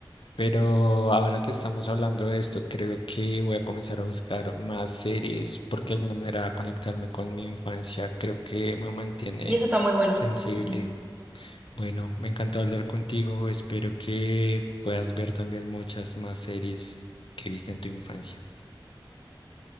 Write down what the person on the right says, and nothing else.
Y eso está muy bueno.
Ujú.